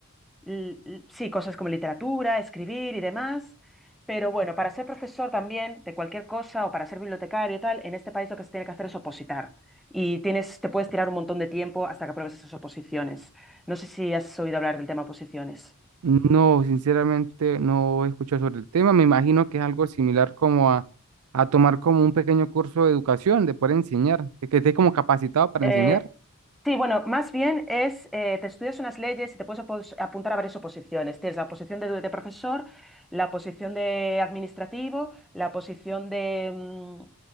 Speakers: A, in the centre; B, on the right (about 75°).
A: l- l- sí, cosas como literatura, escribir y demás. Pero bueno, para ser profesor también de cualquier cosa o para ser bibliotecario y tal, en este país lo que se tiene que hacer es opositar. Y tienes, te puedes tirar un montón de tiempo hasta que apruebes esas oposiciones. No sé si has oído hablar del tema oposiciones.
B: No, sinceramente no he escuchado sobre el tema. Me imagino que es algo similar como a, a tomar como un pequeño curso de educación, de poder enseñar, de que estés como capacitado para
A: Eh,
B: enseñar.
A: Sí, bueno, más bien es, eh, te estudias unas leyes y te puedes opos- apuntar a varias oposiciones. Tienes la oposición de, de profesor, la posición de administrativo, la posición de, mm,